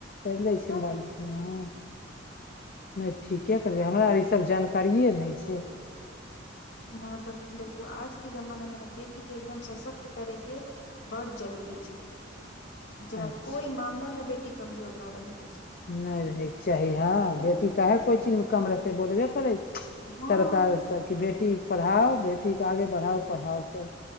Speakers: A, on the left (about 50°); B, on the left (about 65°).
A: कर लै छै
B: तऽ
A: बाल बुतरु हँ नहि, ठीकसँ करियै हमरा, आर ई सभ जानकारीए नहि छै।
B: न तऽ देखू, आजुक जमाना मे ने बेटीके एकदम सशक्त करेके चाही। बड्ड जरूरी छै, जेना
A: अच्छा
B: कोनो मामिलामे बेटी कमजोर नहि रहै।
A: नहि रहैके चाही हँ।
B: तऽ
A: बेटी किएक कोनो चीजमे कम रहतै, बोलबे करै।
B: हँ
A: सरकारो तऽ कहै छै बेटी पढ़ाओ, बेटीकेँ आगाँ बढ़ाओ, पढ़ाओ सभ।